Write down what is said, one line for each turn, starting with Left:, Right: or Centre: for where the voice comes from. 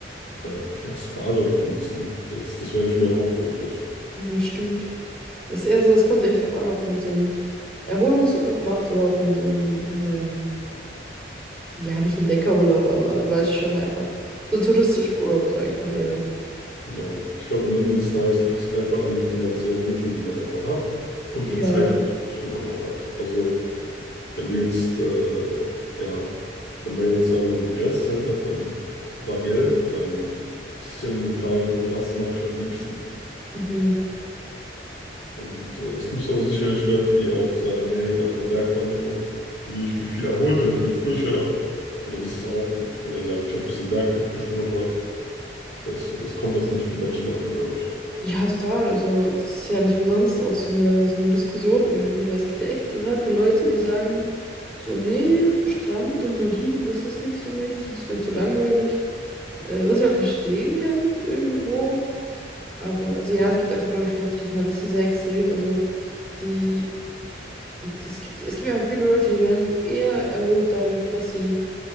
Left: äh, ja, Spa dort genießen. Jetzt, das wäre nicht mein Hauptfokus.
Centre: Ja, stimmt. Ist eher so, es kommt echt drauf an, ob man so einen Erholungsurlaub macht oder ob man so einen, ähm, ja, nicht Entdeckerurlaub, aber du weißt schon, einfach so touristischen Urlaub, sag ich mal, ja.
Left: Genau. Ich glaube, am Ende des Tages liegt es einfach an den finanziellen Mitteln, die man einfach hat und
Centre: Ja.
Left: die Zeit natürlich, die man auch hat. Also, wenn du jetzt, äh, ja, wenn man jetzt sagen wir begrenzt Zeit hat, dann aber Geld, dann ist es ja nur eine Frage von, was mache ich am liebsten?
Centre: Mhm.
Left: Und äh, es gibt auch sicherlich Leute, die auch sagen, hey, nach einer Bergwanderung fühle ich mich viel erholter, viel frischer. So, dann ist es auch gut. Wenn er sagt, ich habe ein bisschen Bergluft geschnuppert, das, das kommt auf den Typ Menschen an, glaube ich.
Centre: Ja, total. Also, das ist ja nicht umsonst auch so eine, so eine Diskussion irgendwie, weil es gibt ja echt total viele Leute, die sagen, so, nee, so Strand und so liegen, das ist nichts für mich, das ist mir zu langweilig. Äh, was ich auch verstehen kann irgendwo. Aber, also ja, es gibt einfach, glaube ich, Leute, die sind ein bisschen sehr extrem. Also, die, es gibt, es gibt ja viele Leute, die werden eher erholt dadurch, dass sie,